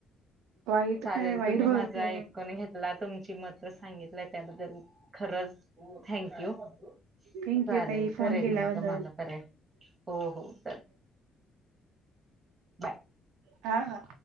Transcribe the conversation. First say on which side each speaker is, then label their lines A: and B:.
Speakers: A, on the right; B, on the right.
A: वाईट
B: चालेल
A: काय वाईट
B: तुम्ही
A: भरपूर.
B: माझा ऐकून घेत तुमची मतं सांगितली त्याबद्दल खरंच थँक्यू चालेल
A: थँक्यू ताई फोन
B: करेन
A: केल्याबद्दल
B: मी तम्हाला परत हो हो चालेल बाय
A: हा हा